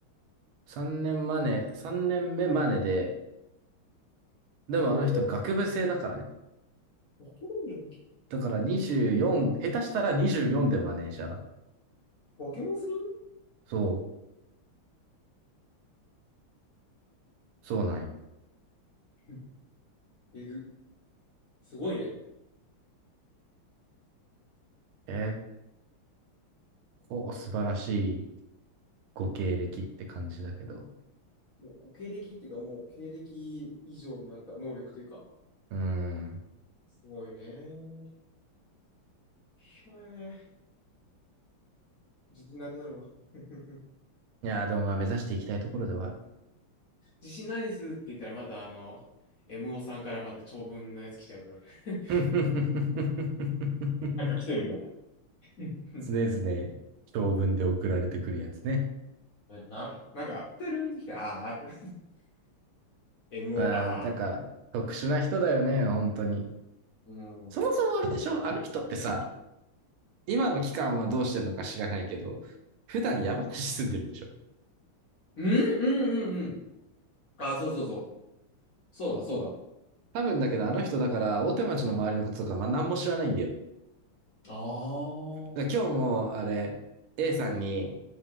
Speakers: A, on the right (about 80°); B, on the left (about 55°).
A: 3年マネ、3年目マネで、でもあの人学部生だからね。
B: 三化け物やんけ。
A: だから24、下手したら24でマネージャー。
B: 化け物すぎん
A: そう、そうなんよ。
B: うんえぐ。すごいね。
A: 結構素晴らしいご経歴って感じだけど。
B: もうご経歴っていうか、もう経歴以上のなんか能力というか、
A: うーん。
B: すごいね。ひょえー、自信なくなるわ。<laughs>
A: いやー、でもまあ目指していきたいところではある。
B: 自信ないですって言ったら、またあの、MO さんからまた長文のやつ来ちゃうから。<laughs>
A: <laughs>
B: なんか来てると。うん
A: 常々長文で送られてくるやつね。
B: <laughs> えな、なんか、てるんってきて、あーって。<laughs> MO、
A: ああ、
B: あ
A: なんか特殊な人だよね、本当に。
B: ー。うん。
A: そもそもあれでしょあの人ってさ、今の期間はどうしてんのか知らないけど、普段山梨住んでるんでしょ
B: うん。うんうんうんうん。あそうそうそう。そうだ、そうだ。
A: 多分だけどあの人だから大手町の周りのこととかまあ何も知らないんだよ。
B: ああ。
A: だから今日もあれ、A さんに、